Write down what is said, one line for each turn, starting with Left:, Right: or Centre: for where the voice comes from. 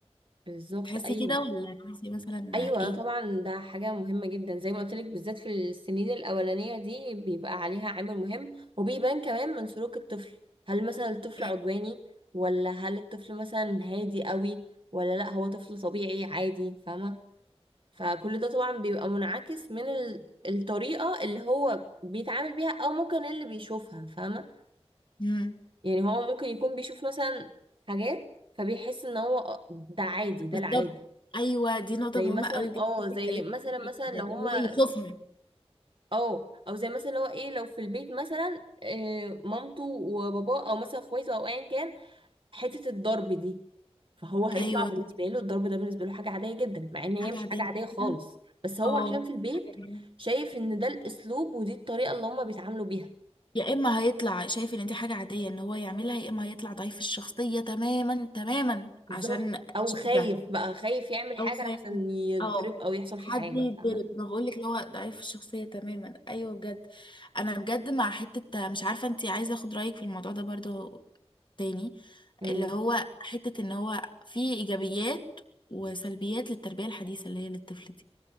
Right: بالظبط
Left: تحسي
Right: ايوه
Left: كده ولا تحسي مثلا
Right: ايوه
Left: ايه
Right: طبعا ده حاجه مهمه جدا زي ما قلت لك بالذات في السنين الاولانيه دي بيبقى عليها عامل مهم وبيبان كمان من سلوك الطفل هل مثلا الطفل
Left: تمام.
Right: عدواني ولا هل الطفل مثلا هادي قوي ولا لا هو طفل طبيعي عادي فاهمه فكل ده طبعا بيبقى منعكس من ال- الطريقه اللي هو بيتعامل بيها او ممكن اللي بيشوفها فاهمه
Left: مم.
Right: يعني هو ممكن يكون بيشوف مثلا حاجات فبيحس ان هو آه، ده عادي ده
Left: بالظبط
Right: العادي
Left: ايوه دي نقطه
Right: زي
Left: مهمه
Right: مثلا
Left: قوي بجد
Right: اه
Left: كنت
Right: زي
Left: اتكلمت
Right: مثلا
Left: فيها
Right: مثلا
Left: ده
Right: لو
Left: اللي
Right: هما
Left: هو يشوفها
Right: او او زي مثلا اللي هو ايه لو في البيت مثلا آه، مامته وباباه او مثلا اخواته او ايا كان حته الضرب دي فهو هيطلع
Left: ايوه
Right: بالنسبه
Left: طب
Right: له الضرب ده بالنسبه له حاجه عاديه جدا مع ان هي
Left: حاجه
Right: مش
Left: عاديه
Right: حاجه
Left: جدا
Right: عاديه خالص بس هو
Left: اه
Right: عشان في البيت
Left: حاجة عادية.
Right: شايف ان ده الاسلوب ودي الطريقه اللي هما بيتعاملوا بيها
Left: يا اما هيطلع شايف ان دي حاجه عاديه ان هو يعملها يا اما هيطلع ضعيف الشخصيه تماما تماما
Right: بالظبط
Left: عشان
Right: او
Left: شاف
Right: خايف
Left: ده
Right: بقى خايف يعمل حاجه
Left: او خالي
Right: لحسن يتضرب
Left: اه
Right: او يحصل
Left: حد
Right: فيه حاجه
Left: يتضرب
Right: فاهمه
Left: ما بقولك اللي هو ضعيف الشخصيه تماما ايوه بجد انا بجد مع حته مش عارفه انتي عايزه اخد رايك في الموضوع ده برضو تاني
Right: يقول
Left: اللي
Right: لي
Left: هو حته ان هو في ايجابيات وسلبيات للتربيه الحديثه اللي هي للطفل